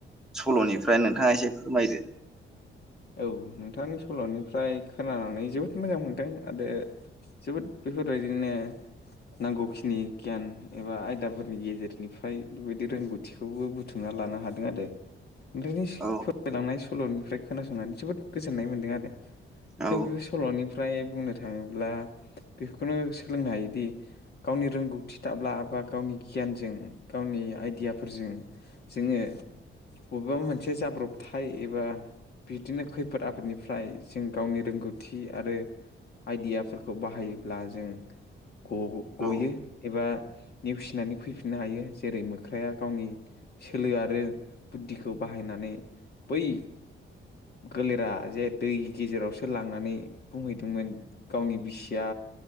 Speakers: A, in the centre; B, on the left.
A: सल'निफ्राय नोंथाङा एसे फोरमायदो।
B: औ नोंथांनि सल'निफ्राय खोनानानै जोबोद मोजां मोनदों आरो जोबोद बेफोरबायदिनो नांगौखिनि गियान एबा आयदाफोरनि गेजेरनिफ्राय बे बायदि रोंगौथि थिखौबो बुथुमना लानो हादों आरो। बिनिस
A: औ
B: फोरायलांनाय सल'निफ्राय खोनासंनानै जोबोद गोजोननाय मोन्दों आरो।
A: औ
B: जों बे सल'नि फ्राय बुंनो थाङोब्ला बेखौनो सोलोंनो हायोदि गावनि रोंगौथि दाब्ला बा गावनि गियानजों गावनि आइडियाफोरजों। जोङो बबेबा मोनसे जाब्रबथाय एबा बिदिनो खैफोद आफोदनिफ्राय जों गावनि रोंगौथि आरो आइदियाफोरखौ बाहायोब्ला जों ग-गयो।
A: औ
B: एबा नेवसिनानै फैफिननो हायो। जेरै मोख्राया गावनि सोलो आरो बुद्धिखौ बाहायनानै बै गोलेरा जे दै गेजेरावसो लांनानै बुंहैदोंमोन। गावनि बिसिया